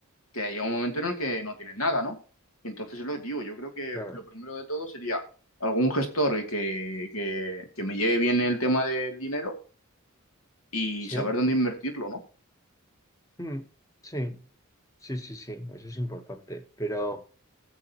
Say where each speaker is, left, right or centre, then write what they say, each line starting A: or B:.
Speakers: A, on the left (about 70°); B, on the left (about 15°).
A: que llega un momento en el que no tienes nada, ¿no? Entonces es lo que digo, yo creo que
B: Claro.
A: lo primero de todo sería algún gestor que, que, que me lleve bien el tema del dinero y
B: Sí,
A: saber dónde invertirlo, ¿no?
B: mm, sí, sí, sí, sí, eso es importante. Pero